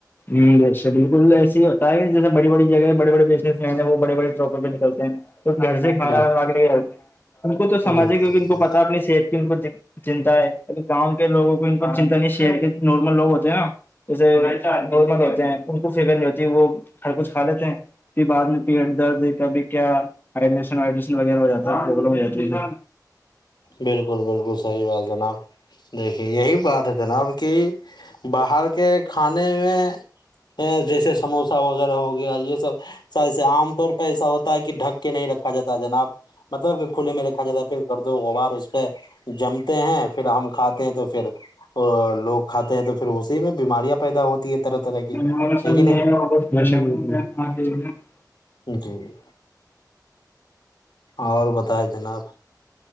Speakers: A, on the left; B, on the left.
A: جی اچھا بالکل ایس ہی ہوتا ہے جیسے بی بڑی جگہ بڑے بڑے پیسے ویسے وہ بڑے بڑے چوکے پہ نکلتے ہیں تو گھر سے کھانا
B: بالکل
A: بنوا کے لیکے جاتے ہے ان کو تو سمجھے
B: بالکل
A: ہے کیونکہ ان کو پتا ہے اپنی صحت کی ان کو چنتا ہے اب گاؤں کے لوگوں کو ان کو چنتا نہیں شہر کے نارمل لوگ ہوتے ہیں نا جیسے نارمل ہوتے ہیں ان کو فکر نہیں ہوتی وہ ہر کچھ کھا لیتے ہیں پھر بعد میں پیٹ درد کا بھی کیا ہڈریشن وڈریشن وغیرہ ہو جاتا ہے پرلم ہو جاتی ہے
B: بالکل بالکل صحیح بات جناب دیکھیے یہی بات ہے جناب کہ باہر کے کھانے میں جیسے سموسہ وغیرہ ہو گیا یہ سب س سے عام طور پہ ایسا ہوتا ہے کہ ڈھک کے نہیں رکھا جاتا ہے جناب مطلب کہ کھلے میں رکھا جاتا کر دو غبار اس پہ جمتے ہیں پھر ہم کھاتے ہیں تو پھر اور لوگ کھاتے ہیں تو پھر اسی میں بیماریاں پیدا ہوتی ہے طرح طرح
A: <inaudible>
B: کی ہے کہ نہیں جی جی اور بتائیں جناب